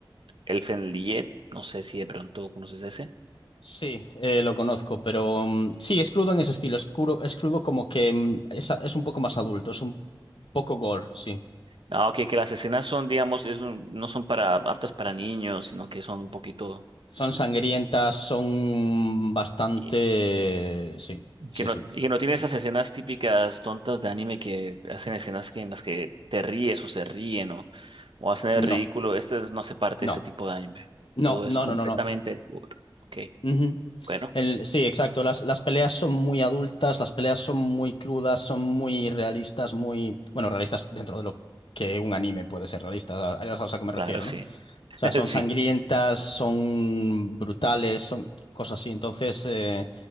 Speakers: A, on the right; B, on the left.
A: Elfenlied, no sé si de pronto conoces ese.
B: Sí, eh, lo conozco, pero mm, sí, es crudo en ese estilo, es, crudo, es crudo como que mm, es, es un poco más adulto, es un poco gore, sí.
A: No, que, que las escenas son, digamos, es un- no son para aptas para niños, sino que son un poquito
B: Son sangrientas,
A: eh,
B: son bastante...
A: eh,
B: Sí, sí,
A: que no,
B: sí.
A: y que no tiene esas escenas típicas tontas de anime que hacen escenas que en las que te ríes o se ríen o, o hacen el
B: No,
A: ridículo. Este no hace parte
B: no,
A: de este tipo de anime.
B: no,
A: Todo
B: no,
A: es completamente
B: no, no, no.
A: gore. Ok,
B: Ujú.
A: bueno,
B: El- sí, exacto. Las, las peleas son muy adultas, las peleas son muy crudas, son muy realistas, muy... Bueno, realistas dentro de lo que un anime puede ser realista, a a eso es a lo que me refiero,
A: claro, sí,
B: ¿no? O
A: <laughs>
B: sea, son
A: sí,
B: sangrientas, son brutales, son cosas así. Entonces, eh,